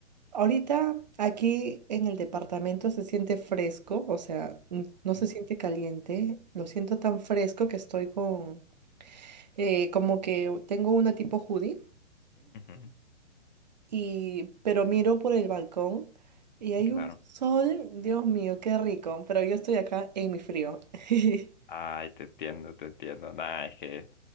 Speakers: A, on the right; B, on the left.
A: Ahorita aquí en el departamento se siente fresco, o sea, n- no
B: Ujú,
A: se siente caliente. Lo siento tan fresco que estoy con, eh, como que tengo una tipo hoodie,
B: ujú,
A: y, pero miro por el balcón y hay
B: Claro.
A: un sol, Dios mío, qué rico, pero yo estoy acá en mi frío. <laughs>
B: Ay, te entiendo, te entiendo. Nada, es que,